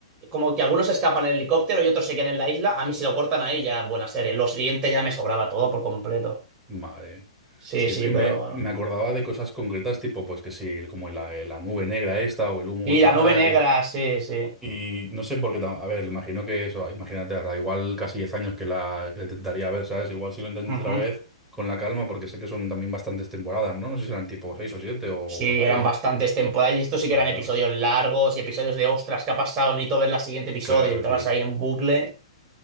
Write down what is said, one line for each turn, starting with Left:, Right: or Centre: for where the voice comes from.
Right: como que algunos escapan en el helicóptero y otros se quedan en la isla, a mí se lo cortan ahí ya en buena serie. Lo siguiente ya me sobraba todo por completo.
Centre: Vale.
Right: Sí,
Centre: Si
Right: sí,
Centre: es que
Right: pero
Centre: me,
Right: bueno.
Centre: me acordaba de cosas concretas, tipo, pues que sí, el- como la, eh, la nube negra esta o el humo
Right: Y
Centre: tal.
Right: la nube negra,
Centre: Y,
Right: sí, sí.
Centre: y no sé por qué, tam- a ver, imagino que eso, imagínate, ahora igual casi 10 años que la, que la intentaría ver, ¿sabes? Igual si lo intento
Right: Ujú.
Centre: otra vez con la calma, porque sé que son también bastantes temporadas, ¿no? No sé si eran tipo 6 o 7 o
Right: Sí,
Centre: por ahí.
Right: eran
Centre: ¿eh?
Right: bastantes temporadas y estos sí
Centre: Claro,
Right: que eran episodios largos y episodios de ostras, ¿qué ha pasado? Necesito ver la siguiente episodio
Centre: claro,
Right: y entrabas
Centre: tío.
Right: ahí en bucle,